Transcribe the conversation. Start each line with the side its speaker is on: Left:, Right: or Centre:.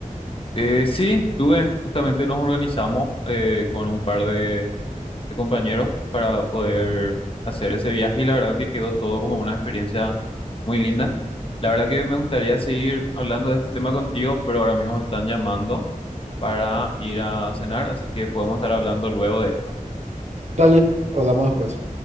Left: Eh, sí, tuve, justamente nos organizamos eh, con un par de, de compañeros para poder hacer ese viaje y la verdad que quedó todo como una experiencia muy linda. La verdad que me gustaría seguir hablando de este tema contigo, pero ahora mismo me están llamando. para ir a cenar, así que podemos estar hablando luego de esto.
Right: Dale, hablamos después.